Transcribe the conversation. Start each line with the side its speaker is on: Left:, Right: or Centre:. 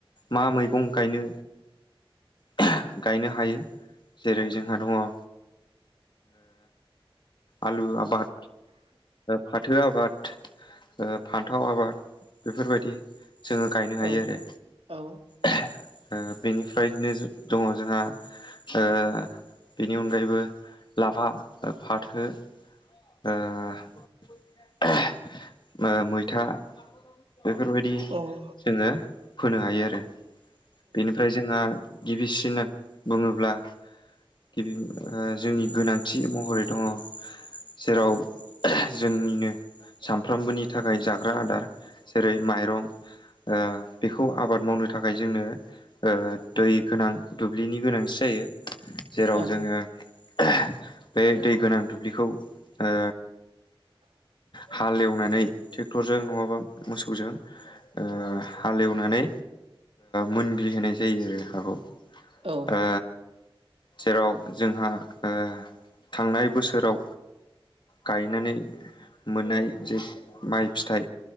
Left: मा मैगं गायनो <unintelligible> गायनो हायो जेरै जोंहा दङ ओ आलु आबाद, फाथो आबाद फान्थाव आबाद बेफोरबायदि जोङो गायनो हायो
Right: औ
Left: आरो
Right: औ
Left: हा ओ बेनिफ्रायनो दङ जोंहा ओ बेनि अनगायैबो लाफा, फाथो ओ ओहो मैथा बेफोरबायदि
Right: औ
Left: जोङो फोनो हायो आरो बेनिफ्राय जोंहा गिबिसिन बुङोब्ला गिबि जोंनि गोनांथि महरै दङ जेराव ओहो जोंनिनो सानफ्रोमबोनि थाखाय जाग्रा आदार जेरै माइरं ओ बेखौ आबाद मावनो थाखाय जोंनो ओ दै गोनां दुब्लिनि गोनांथि <unintelligible> जेराव
Right: औ औ
Left: जोङो ओहो बे दै गोनां दुब्लिखौ ओ
Right: <unintelligible>
Left: हालेवनानै ट्रेक्टरजों नङाबा मोसौजों ओ हालेवनानै मोनग्लि होनाय जायो आरो हाखौ
Right: औ
Left: ओ जेराव जोंहा ओ थांनाय बोसोराव गायनानै मोननाय जे माइ फिथाइ